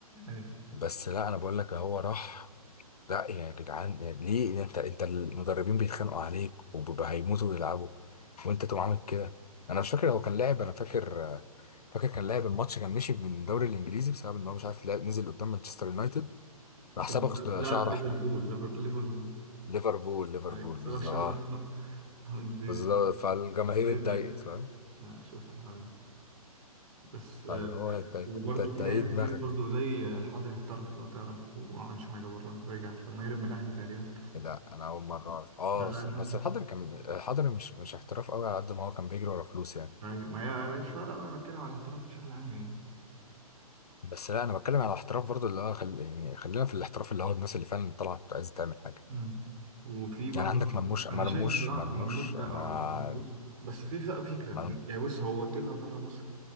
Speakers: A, on the right (about 65°); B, on the left (about 80°).
A: ايوه
B: بس لا انا بقول لك هو راح ده يا جدعان يعني ليه يعني انت انت المدربين بيتخانقوا عليك وبيبقى هيموتوا ويلعبوا وانت تقوم عامل كده انا مش فاكر هو كان لاعب انا فاكر آه، فاكر كان لاعب الماتش كان مشي من الدوري الانجليزي بسبب ان هو مش عارف لعب نزل قدام مانشستر يونايتد راح
A: كان
B: صبغ
A: لا
B: شعر
A: لا ليفربول
B: احمر
A: ليفر... ليفربول
B: ليفربول ليفربول
A: ايوه صباح
B: بالظبط
A: شهر
B: اه
A: احمر <laughs> عند
B: بالظبط فالجماهير
A: جماهير
B: اتضايقت
A: الدقيق
B: فاهم
A: آه، شفت الحوار ده بس آه،
B: فاللي هو انت انت
A: وبرضه
B: انت إنت
A: في لعيبه
B: ايه دماغك
A: كتير برضه زي الحضري احترف لو تعرف وما عملش حاجه بره رجع لما هرب من الاهلي تقريبا
B: لا انا اول مره اعرف اه
A: لا لا
B: بس
A: الحضري
B: بس الحضري كان الحضري مش مش احتراف قوي على قد ما هو كان بيجري ورا فلوس يعني
A: ايوه ما هي مش فارقه بقى أنا بتكلم على الاحتراف بشكل عام يعني
B: بس لا انا بتكلم على احتراف برضو اللي هو خل... يعني خلينا في الاحتراف اللي هو الناس اللي فعلا طلعت عايزه تعمل حاجه
A: مم. وفي برضه
B: يعني عندك مرموش مرموش
A: انا شايف بصراحه
B: مرموش
A: مرموش ده
B: انا
A: اه مرموش بص بس في ف- فكره
B: مرم...
A: يعني بص هو طلع بره مصر